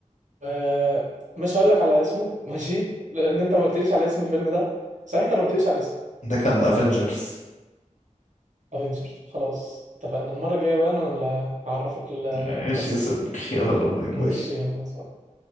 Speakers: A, on the right; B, on the left.
A: آه، مش هقول لك على اسمه <laughs> ماشي لان انت ما قلتليش على اسم الفيلم ده صحيح انت ما قلتليش على اسم
B: ده كان افنجرز
A: افنجرز خلاص اتفقنا المرة الجاية بقى انا اللي هعرفك القصة
B: ماشي يا صديقي يلا باي
A: <laughs>
B: باي
A: ماشي يلا باي.